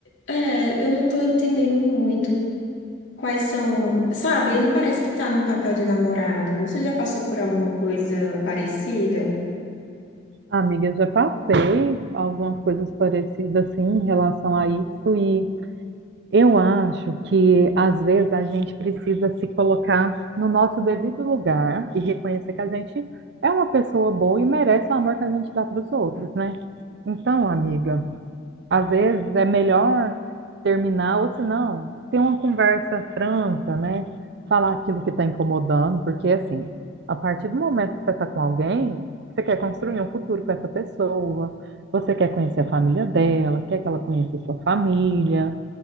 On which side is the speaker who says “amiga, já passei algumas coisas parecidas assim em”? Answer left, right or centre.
Right